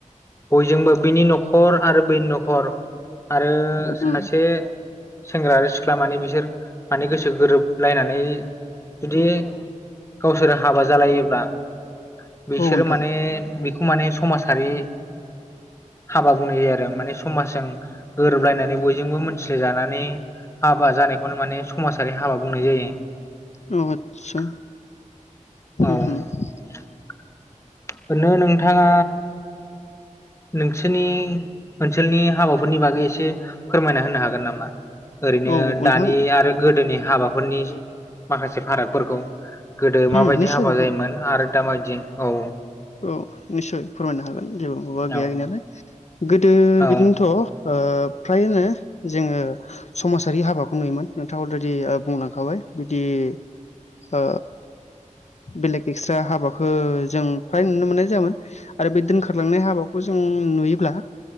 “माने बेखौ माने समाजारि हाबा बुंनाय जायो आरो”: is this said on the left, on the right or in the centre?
Left